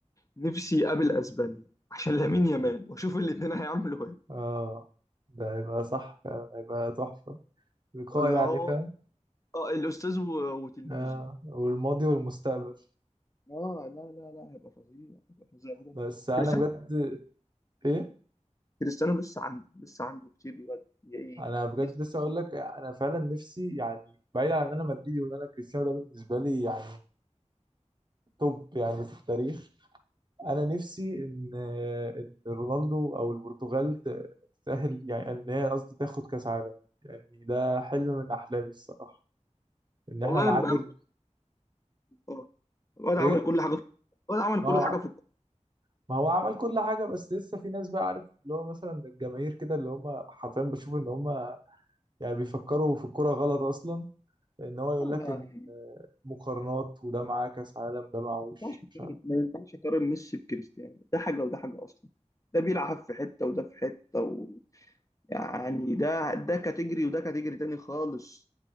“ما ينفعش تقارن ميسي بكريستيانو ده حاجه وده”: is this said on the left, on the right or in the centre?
Left